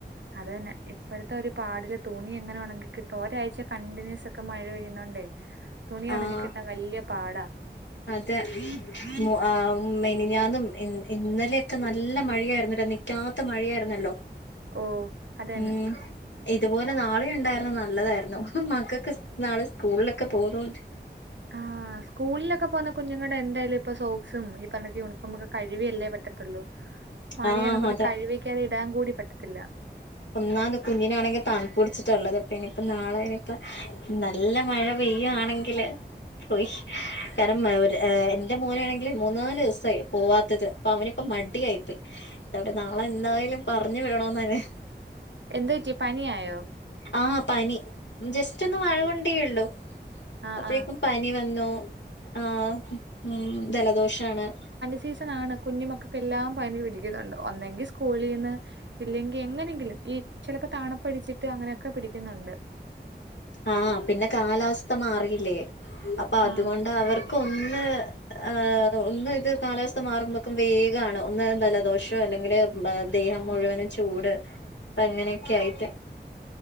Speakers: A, on the right; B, on the left.
A: അത് തന്നെ ഇപ്പോഴത്തെ ഒരു പാടില തുണി എങ്ങനെ ഉണങ്ങി കിട്ടും ഒരാഴ്ച കണ്ടിന്യൂസ് ഒക്കെ മഴ പെയ്യുന്നൊണ്ടേ തുണി
B: ആഹ്
A: ഒണങ്ങി കിട്ടാൻ വല്യ പാടാ
B: അതെ മു അ മിനിഞാന്നും ഇ ഇന്നലെയൊക്കെ നല്ല മഴയായിന്നിരിന്നില്ലേ പറ്റാത്ത മഴയായിരുന്നല്ലോ റ്റ
A: ഓ അത് തന്നെ
B: ഉംമ്മ് ഇതുപോലെ നാളെയ ഉണ്ടായിരുന്ന നല്ലതായിരുന്നു ഹി മക്കൾക്ക് നാളെ സ്കൂളിലൊക്കെ പോകുന്നണ്ട്
A: ആ ആ സ്കൂളിലൊക്കെ പോന്ന കുഞ്ഞുങ്ങളുടെ എന്തായാലും ഇപ്പൊ സോക്സും ഈ പറഞ്ഞക്ക് യൂണിഫോമ ഒക്കെ കഴിവിയല്ലേ പറ്റത്തുള്ളൂ മഴയാന്ന്
B: ആഹ്
A: പറഞ്ഞ്
B: അതെ
A: കഴിവിക്കാതെ ഇടാൻ കൂടി പറ്റത്തില്ല
B: ഒന്നാത് കുഞ്ഞിനാണെങ്കിൽ തണു പിടിച്ചിട്ടുള്ളത് അപ്പ ഇനിയിപ്പ നാളെ ഇനിപ്പ നല്ല മഴ പെയ്യുയാണെങ്കിൽ ലെ പോയി കരം ഏ എന്റെ മോനൊണെങ്കിൽ മൂന്നാല് ദിവസയി പോവാത്തത് അപ്പൊ അവനിപ്പ മടിയായിയിപ്പോ ഇതവിടെ നാളെ എന്തായാലും പറഞ്ഞു വേണതന്നെ
A: എന്ത്‌ പറ്റി പനി ആായോ
B: ആ പനി ജസ്റ്റ് ഒന്ന് മഴ കൊണ്ടേള്ളോ
A: ആ
B: അപ്പോഴേക്കും
A: ആ
B: പനി വന്നൂ ആഹ് ഉം ജലദോഷാണ്
A: സീസണാണ് കുഞ്ഞി മകക്കെല്ലാം പനി പിടിക്ക്ന്ന്ണ്ട് ഒന്നുങ്കി സ്കൂളീന്ന് ഇല്ലെങ്കിൽ എങ്ങനെങ്കിലും ഈ ചിലപ്പോ താണപ്പടിച്ചിട്ട് അങ്ങനെക്കെ പിടിക്കുന്നുണ്ട്
B: ആ പിന്നെ കാലാവസ്ഥ മാറിയില്ലേ അപ്പൊ അതുകൊണ്ട്
A: ആ
B: അവർ ഒന്ന് ഹെ ഒന്ന് ഇത് കാലാവസ്ഥ മാറുമ്പോക്കും വേഗാണ് ഇന്ന് ജലദോഷം അല്ലെങ്കില് ദേഹം മുഴുവനും ചൂട് അങ്ങനെയൊക്കെ ആയിട്ട്